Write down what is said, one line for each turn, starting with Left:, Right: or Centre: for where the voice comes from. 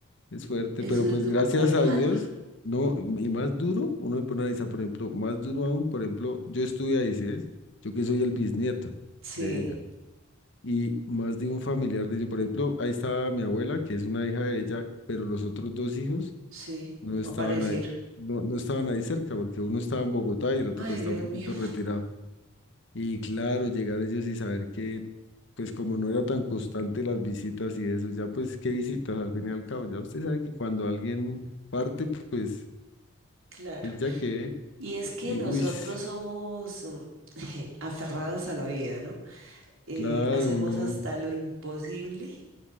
Left: es fuerte,
Right: eso
Left: pero
Right: es
Left: pues
Right: duro,
Left: gracias
Right: Alejandro.
Left: a Dios, no, y más duro, uno se pone a analizar, por ejemplo, más duro aún, por ejemplo, yo estuve ahí, ¿sí ves? Yo que soy el bisnieto
Right: Sí,
Left: de ella, y más de un familiar de ella, por ejemplo, ahí estaba mi abuela, que es una hija de ella, pero los otros dos hijos
Right: sí,
Left: no
Right: no
Left: estaban
Right: aparecieron.
Left: ahí, no, no estaban ahí cerca, porque uno estaba en Bogotá y el otro
Right: Ay,
Left: pues
Right: Dios
Left: estaba un poquito
Right: mío,
Left: retirado. Y claro, llegar ellos y saber que, pues como no era tan constante las visitas y eso, ya pues qué visitas al fin y al cabo, ya usted sabe que cuando alguien parte, pues,
Right: <laughs> claro.
Left: pues ya que,
Right: Y es que
Left: y
Right: nosotros
Left: uy, s-
Right: somos mm, <laughs> aferrados a la vida, ¿no? Eh,
Left: claro,
Right: hacemos
Left: uno,
Right: hasta lo imposible